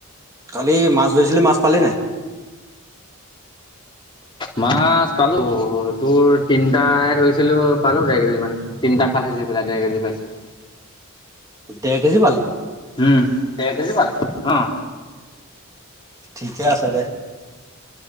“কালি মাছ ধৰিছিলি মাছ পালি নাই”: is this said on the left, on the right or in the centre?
Right